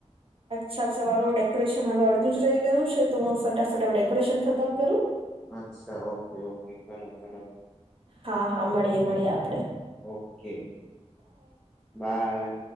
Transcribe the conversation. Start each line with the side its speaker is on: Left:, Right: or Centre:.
Right: અચ્છા મારું ડેકોરેશન હવે અડધું જ રહી ગયું છે. તો હું ફટાફટ હવે ડેકોરેશન ખતમ કરું.
Centre: અચ્છા ઓકે ઓકે કરો ‌કરો.
Right: હાં હાં મળીએ મળીએ આપણે
Centre: ઓકે બાય.